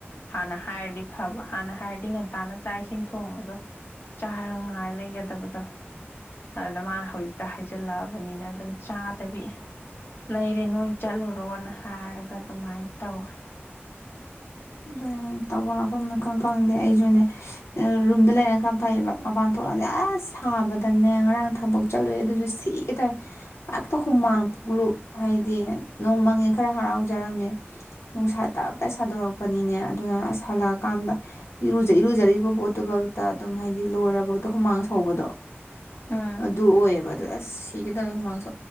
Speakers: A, on the left; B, on the left.
A: ꯍꯥꯟꯅ ꯍꯥꯏꯔꯗꯤ ꯐꯕ ꯍꯥꯟꯅ ꯍꯥꯏꯔꯗꯤ ꯉꯟ ꯇꯥꯅ ꯆꯥꯛ ꯏꯁꯤꯡ ꯊꯣꯡꯉꯒ ꯆꯥꯔ ꯉ ꯉꯥꯏ ꯂꯩꯒꯗꯕꯗꯣ ꯑꯗꯗ ꯃꯥꯅ ꯍꯧꯖꯤꯛꯇ ꯍꯥꯏꯖꯤꯜꯂꯛꯑꯕꯅꯤꯅ ꯑꯗꯨꯝ ꯆꯥꯗꯕꯤ ꯂꯩꯔꯦ ꯅꯣꯏ ꯆꯠꯂꯨꯔꯣꯅ ꯍꯥꯏꯔꯒ ꯑꯗꯨꯃꯥꯏꯅ ꯇꯧꯔꯦ
B: ꯑꯗꯨꯅꯦ ꯇꯧꯕꯝ ꯂꯥꯛꯐꯝ ꯑꯝ ꯈꯪ ꯈꯪꯗꯦ ꯑꯩꯖꯨꯅꯦ ꯔꯨꯝꯗ ꯂꯩꯔꯒ ꯈ ꯐꯩꯕ ꯃꯄꯥꯟ ꯊꯣꯛꯂꯛꯑꯗꯤ ꯑꯁ ꯁꯥꯕꯗꯅꯦ ꯉꯔꯥꯡ ꯊꯕꯛ ꯆꯠꯂꯨꯏ ꯑꯗꯨꯁꯨ ꯁꯤꯒꯦ ꯇꯧꯌꯦ ꯍꯦꯛꯇ ꯍꯨꯃꯥꯡ ꯄꯨꯛꯂꯨꯞ ꯍꯥꯏꯗꯤ ꯅꯣꯡ ꯃꯪꯉꯦ ꯈꯔ ꯍꯔꯥꯎꯖꯔꯝꯃꯦ ꯅꯨꯡꯁꯥ ꯇꯞ ꯇꯥꯢ ꯁꯥꯗꯣꯔꯛ ꯄꯅꯤꯅꯦ ꯑꯗꯨꯅ ꯑꯁ ꯍꯜꯂꯛꯑꯀꯥꯟꯗ ꯏꯔꯨꯖ ꯏꯔꯨꯖꯔꯤꯕ ꯄꯣꯠꯇꯨꯕꯣꯛꯇ ꯑꯗꯨꯝ ꯍꯥꯏꯗꯤ ꯂꯣꯏꯔꯕꯣꯛꯇ ꯍꯨꯃꯥꯡ ꯁꯧꯕꯗꯣ
A: ꯎꯝ
B: ꯑꯗꯨ ꯑꯣꯏꯌꯦꯕ ꯑꯗꯨ ꯑꯁ <inaudible>